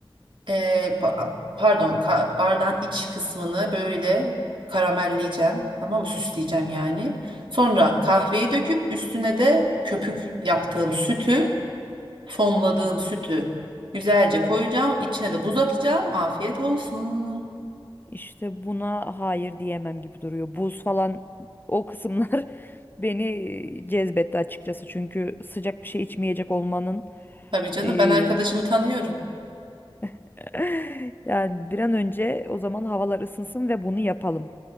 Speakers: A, on the right (about 60°); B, on the left (about 20°).
A: e, pa- pardon ka- bardağın iç kısmını böyle karamelleyeceğim. Tamam mı? Süsleyeceğim yani. Sonra kahveyi döküp üstüne de köpük yaptığım sütü, fonladığım sütü güzelce koyacağım. İçine de buz atacağım. Afiyet olsun.
B: İşte buna hayır diyemem gibi duruyor. Buz falan o kısımlar <laughs> beni e, cezbetti açıkçası. Çünkü sıcak bir şey içmeyecek olmanın
A: Tabii canım
B: eee,
A: ben arkadaşımı tanıyorum.
B: <laughs> yani bir an önce o zaman havalar ısınsın ve bunu yapalım.